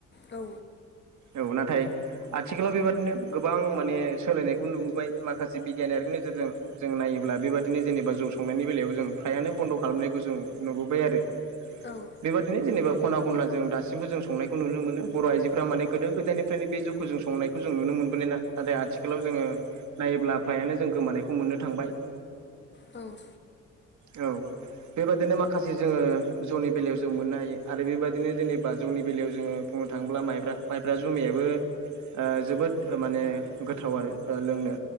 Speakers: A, on the left; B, on the right.
A: औ
B: औ नथाय आथिखालाव बेबादिनो गोबां माने सोलायनायखौ नुबोबाय माखासे बिगियानारिनि नोजोरजों जों नायोब्ला बेबायाददिनो जेनेबा जौ संनायनि बेलायाव जों फ्रायानो बन्द' खालामनायखौ जों नुबोबाय आरो <inaudible>
A: औ
B: बेबादिनो जेनेबा खना खनला जों दासिम्बो जों संनायखौ नुनो मोनो बर' आइजोफ्रा माने गोदो गोदायनिफ्रायनो बे जौखौ जों संनायखौ जों नुनो मोनबोनाय ना नाथाय आथिखालाव जोङो नायोब्ला फ्रायानो जों गोमानायखौ मोन्नो थांबाय
A: औ
B: औ बेबादिनो माखासे जोङो जौनि बेलायाव जों मोन्नो हायो आरो बेबायदिनो जेनेबा जौनि बेलायाव जोङो बुंनो थाङोब्ला माइब्रा माइब्रा जुमायाबो ओ जोबोद माने गोथाव आरो ओ लोंनो